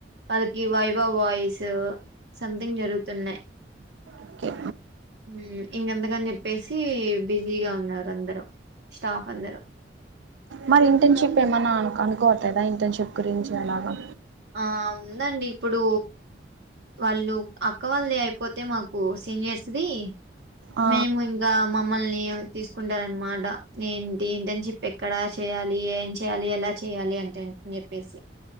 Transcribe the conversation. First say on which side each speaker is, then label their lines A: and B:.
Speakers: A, on the right (about 70°); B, on the right (about 85°).
A: వాళ్ళకి వైవ వాయిస్ సంథింగ్ జరుగుతున్నాయీ
B: ఓకే
A: హామ్ ఇంకంతకని చెప్పేసి బిజీగా ఉన్నారు అందరూ స్టాఫ్ అందరూ
B: మరి ఇంటర్న్షిప్ ఏమన్నా కనుకోట్లేదా ఇంటర్న్షిప్ గురించి ఎలాగా
A: ఆ ఉందండి ఇప్పుడు వాళ్ళు అక్క వాళ్ళదీ అయిపోతే మాకు సీనియర్స్ ది
B: ఆ
A: మేము ఇంకా మమ్మల్ని తీసుకుంటార అనమాట ఏంటి ఇంటర్న్షిప్ ఎక్కడా చేయాలి ఏం చెయాలి ఎలా చేయాలి అంటే చెప్పేసి